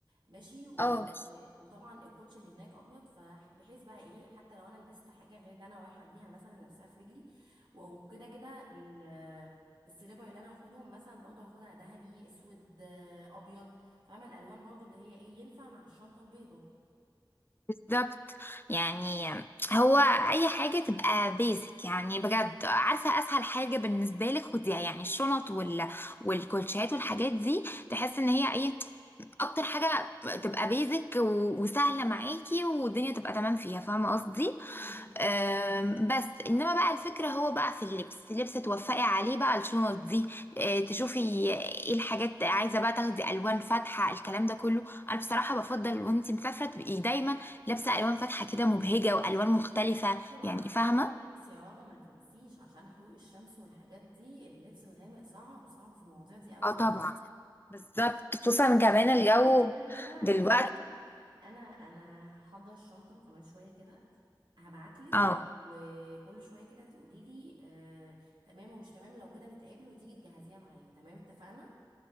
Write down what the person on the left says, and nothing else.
اه
بالظبط يعني هو اي حاجه تبقى بيزك يعني بجد عارفه اسهل حاجه بالنسبه لك خديها يعني الشنط وال والكوتشيات والحاجات دي تحس ان هي ايه اكتر حاجه تبقى بيزك و- وسهله معاكي والدنيا تبقى تمام فيها فاهمه قصدي
أم، بس انما بقى الفكرة هو بقى في اللبس اللبس توفقي عليه بقى الشنط دي أه، تشوفي ايه الحاجات عايزة بقى تاخدي الوان فاتحة الكلام ده كله انا بصراحة بفضل وانتي مسافرة تبقي دايما لابسة الوان فاتحة كده مبهجة والوان مختلفة
يعني
فاهمة
اه طبعا بالظبط خصوصا كمان الجو
دلوقتي
اه